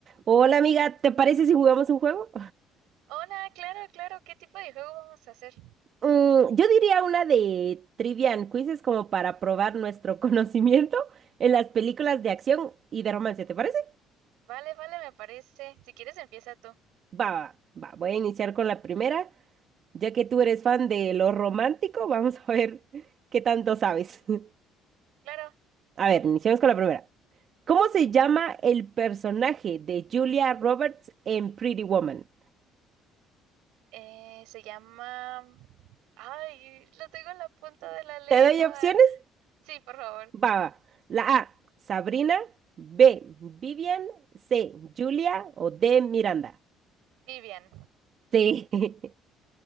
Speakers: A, on the right; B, on the right.
A: Hola amiga, ¿te parece si jugamos un juego?
B: Hola, claro, claro, ¿qué tipo de juego vamos a hacer?
A: Mm, yo diría una de trivia and quizzes como para probar nuestro <laughs> conocimiento en las películas de acción y de romance, ¿te parece?
B: Vale, vale, me parece. Si quieres, empieza tú.
A: Va, va, va, va, voy a iniciar con la primera. Ya que tú eres fan de lo romántico, vamos a ver <laughs> qué tanto sabes. <laughs>
B: Claro,
A: A ver, iniciamos con la primera. ¿Cómo se llama el personaje de Julia Roberts en Pretty Woman?
B: eh, se llama... Ay, lo tengo en la punta de la lengua.
A: ¿Te doy opciones?
B: Sí, por favor,
A: Va, va. La A, Sabrina. B, Vivian. C, Julia. O D, Miranda.
B: Vivian.
A: Sí. <laughs>